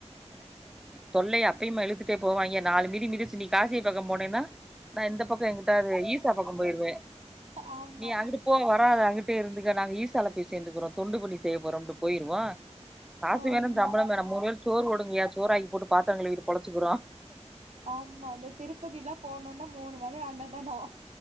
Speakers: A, in the centre; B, on the right.
A: தொல்லை அப்பயும் இழுத்துகட்டே போவாங்கயன் நாலு மீதி மிதிச்சு நீ காசியை பக்கம் போனேன்னா நான் இந்த பக்கம் எங்கிட்டவாது ஈசியர்பக்கம் போயிருவேன்
B: ஆம்
A: நீ அங்கிட்டு போ வராத அங்கிட்டே இருந்துக்க நாங்க ஈசால போய் சேர்ந்துக்கறோம் தொண்டு பணி செய்ய போறோம்னு போயிருவோம் காசு
B: ஆமா
A: வேணும் சம்பளம் வேண மூணுவேல் சோறு போடுங்கயா சோறுராக்கி போட்டு பாத்திரங் கழிவிட்டு பொழைச்சுகிறோம்
B: ஆமா அந்த திருப்பதிலா போனோனா மூணுவேலையும் அன்னதானம்